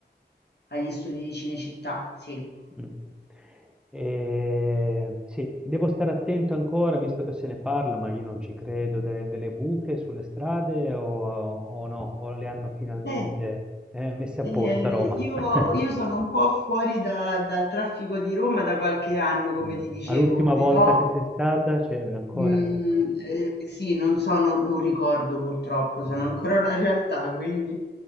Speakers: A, on the left; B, in the centre.
A: agli studi di Cinecittà, sì.
B: Mm. E, sì, devo stare attento ancora, visto che se ne parla, ma io non ci credo, de- delle buche sulle strade o, o no, o le hanno finalmente
A: Beh,
B: eh, messe
A: Eh,
B: apposta a Roma.
A: io,
B: <laughs>
A: io sono un po' fuori da- dal traffico di Roma da qualche anno, come
B: Mh.
A: ti dicevo,
B: Ma l'ultima
A: però,
B: volta che sei stata c'era ancora?
A: Mhmm, ehm, sì, non sono un ricordo purtroppo,
B: Mh.
A: sono ancora una realtà, quindi